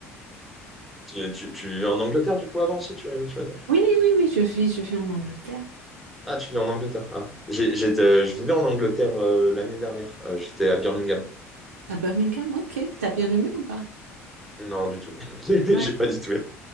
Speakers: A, in the centre; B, on the right.
A: Tu, tu, tu vivais en Angleterre, du coup, avant, si tu, tu vas dire.
B: Oui, oui, oui, oui, je vis, je vis en Angleterre.
A: Ah, tu vivais en Angleterre. Ah. J'ai, j'ai- euh, je vivais en Angleterre euh, l'année dernière. Euh, j'étais à Birmingham.
B: À Birmingham, ok. T'as bien aimé ou pas?
A: Non, du tout. <laughs> J'ai
B: Ouais,
A: pas du tout